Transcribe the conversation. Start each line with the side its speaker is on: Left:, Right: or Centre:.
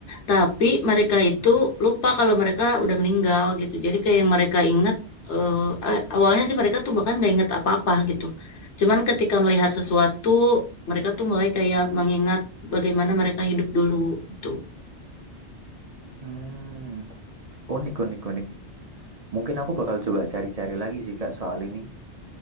Left: tapi mereka itu lupa kalau mereka udah meninggal gitu. Jadi kayak yang mereka ingat eh, a- awalnya sih mereka tuh bahkan nggak ingat apa-apa gitu. Cuman ketika melihat sesuatu, mereka tuh mulai kayak mengingat bagaimana mereka hidup dulu itu.
Right: Hmm, unik unik unik. Mungkin aku bakal coba cari-cari lagi sih Kak soal ini.